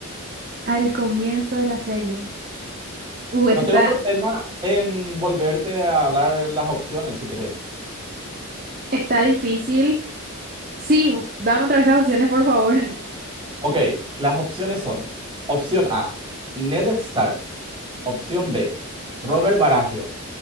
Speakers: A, on the right; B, on the right.
A: Al comienzo de la serie. Uh, esa
B: No tengo
A: está,
B: problema en volverte a dar las opciones si querés.
A: está difícil. Sí, dame otra vez las opciones, por favor.
B: Ok, las opciones son: opción A, Ned Stark. Opción B, Robert Baratheon.